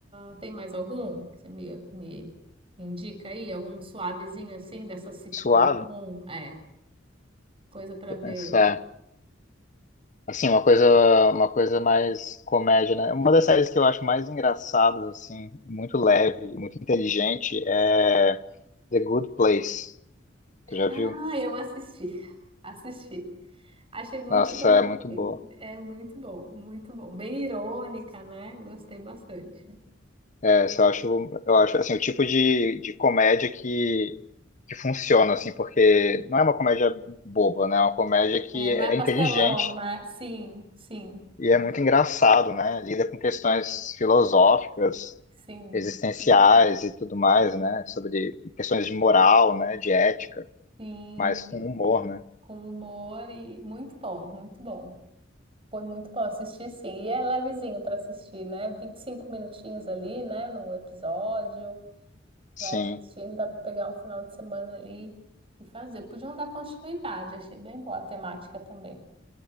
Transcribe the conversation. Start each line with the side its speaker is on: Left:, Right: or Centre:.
Right: Ah, tem mais algum que você me, me indica aí? Algum suavezinho assim dessa sitcom?
Left: Suave,
Right: Bom, É, coisa para
Left: que eu
Right: ver.
Left: pensar. É, Assim, uma coisa, uma coisa mais comédia, né? Uma das séries que eu acho mais engraçadas, assim, muito leve, e muito inteligente, é The Good Place.
Right: Ah,
Left: Tu já viu?
Right: eu assisti, <laughs> assisti. Achei muito
Left: Nossa,
Right: bom.
Left: é muito boa.
Right: É muito bom, muito bom. Bem irônica, né? Gostei bastante.
Left: Essa eu acho, eu acho assim, o tipo de, de comédia que, que funciona, assim, porque não é uma comédia boba, né? É uma comédia que
Right: É, não
Left: é
Right: é pastelão,
Left: é inteligente
Right: né? Sim, sim,
Left: e é muito engraçado, né? Lida com questões filosóficas,
Right: sim,
Left: existenciais e tudo mais, né? Sobre questões de moral, né? De ética,
Right: sim.
Left: mas com
Right: E
Left: humor, né?
Right: Com humor e muito bom, muito bom. Foi muito bom assistir, sim. E é levezinho para assistir, né? 25 minutinhos ali, né? Num episódio.
Left: Sim,
Right: Vai assistindo, dá para pegar um final de semana ali e fazer. Podiam dar continuidade, achei bem boa a temática também,